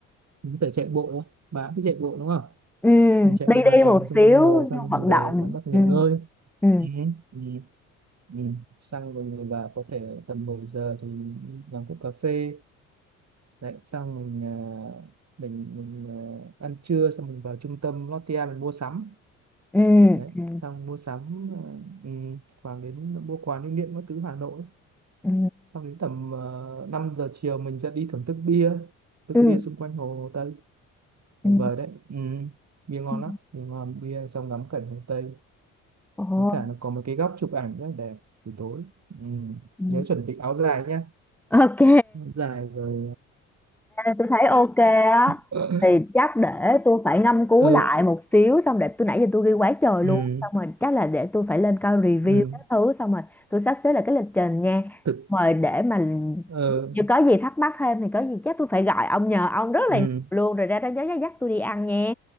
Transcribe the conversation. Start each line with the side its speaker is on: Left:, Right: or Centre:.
Right: mình có thể chạy bộ bà cũng thích chạy bộ đúng không
Centre: Ừ,
Right: mình chạy
Centre: đi
Right: một vài
Centre: đi
Right: vòng
Centre: một
Right: xung
Centre: xíu
Right: quanh hồ xong
Centre: cho
Right: mình
Centre: vận
Right: về
Centre: động.
Right: tắm bắt nghỉ
Centre: Ừ,
Right: ngơi
Centre: ừ,
Right: ừ. ừ. Ừ. Xong rồi người bà có thể tầm 10 giờ thì đi làm cốc cà phê Đấy, xong mình ờ, mình mình ờ, ăn trưa xong mình vào trung tâm Lotte mình mua sắm
Centre: ừ,
Right: đấy
Centre: ừ,
Right: xong mua sắm ờ, ừ, khoảng đến mua quà lưu niệm các thứ Hà Nội
Centre: ừ,
Right: xong đến tầm uh, 5 giờ chiều mình sẽ đi thưởng thức bia thức
Centre: ừ,
Right: bia xung quanh Hồ Tây
Centre: ừ.
Right: tuyệt vời đấy ừ. bia ngon
Centre: ừ.
Right: lắm bia ngon bia xong ngắm cảnh Hồ Tây
Centre: Ồ,
Right: với cả nó có một cái góc chụp ảnh rất là đẹp buổi tối ừ.
Centre: ừ.
Right: nhớ chuẩn bị áo dài nhé
Centre: Ok,
Right: áo dài rồi
Centre: tôi thấy ok á
Right: <laughs> ờ,
Centre: thì chắc để tôi phải ngâm cứu
Right: <coughs> ừ.
Centre: lại một xíu xong để tôi nãy giờ tôi ghi quá trời
Right: Ừ.
Centre: luôn xong rồi chắc là để tôi phải lên coi review
Right: ừ,
Centre: các thứ xong rồi tôi sắp xếp lại cái lịch trình nha
Right: Thực
Centre: xong rồi để mà
Right: ờ,
Centre: nếu có gì thắc mắc thêm thì có gì chắc tôi phải gọi ông nhờ ông rất là
Right: ừ.
Centre: nhiều luôn rồi ra đó nhớ dắt tôi đi ăn nha